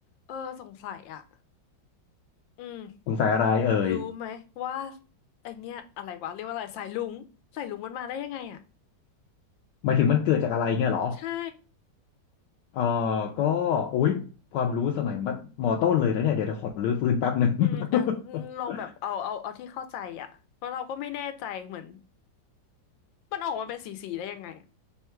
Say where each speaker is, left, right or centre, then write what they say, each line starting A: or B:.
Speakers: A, on the left (about 80°); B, on the left (about 75°).
A: เออสงสัยอ่ะอืม
B: สงสัยอะไรเอ่ย
A: รู้ไหมว่าไอเนี้ยอะไรวะเรียกว่าอะไรสายลุงสายลุงมันมาได้ยังไงอ่ะ
B: หมายถึงมันเกิดจากอะไรเงี้ยเหรอ
A: ใช่
B: เออก็โอ้ยความรู้สมัยมัธมต้นเลยนะเนี่ยเดี๋ยวเดี๋ยวขอรื้อฟื้นแป๊บหนึ่ง <laughs>
A: อืมเออลองแบบเอาเอาเอาที่เข้าใจอ่ะเพราะเราก็ไม่แน่ใจเหมือนมันออกมาเป็นสีสีได้ยังไงอะ